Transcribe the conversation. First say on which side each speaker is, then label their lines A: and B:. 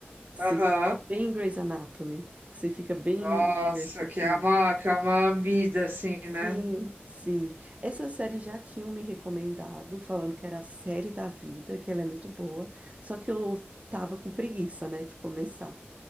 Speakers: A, on the right (about 35°); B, on the right (about 55°).
A: Que
B: Aham.
A: você, bem Grey's Anatomy, que você fica bem
B: Nossa,
A: imerso, assim.
B: que é uma, que é uma vida, assim,
A: Sim,
B: né?
A: sim. Essa série já tinham me recomendado, falando que era a série da vida, que ela é muito boa, só que eu tava com preguiça, né, de começar.